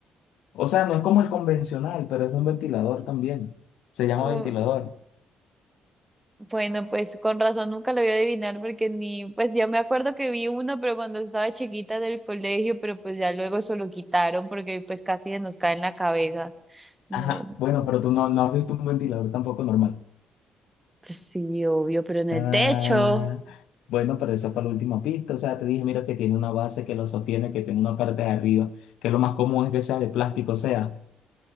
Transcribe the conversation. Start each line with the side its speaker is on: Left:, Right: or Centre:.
Left: O sea, no es como el convencional, pero es un ventilador también. Se llama
Right: Uh,
Left: ventilador.
Right: bueno, pues con razón nunca lo voy a adivinar porque ni, pues ya me acuerdo que vi uno, pero cuando estaba chiquita del colegio, pero pues ya luego eso lo quitaron porque pues casi se nos cae en la cabeza. No,
Left: Ajá, bueno, pero tú no, no has visto un ventilador tampoco normal.
Right: pues sí, obvio, pero en el
Left: Ah,
Right: techo.
Left: bueno, pero esa fue la última pista. O sea, te dije, mira, que tiene una base que lo sostiene, que tiene una parte de arriba, que lo más común es que sea de plástico, o sea,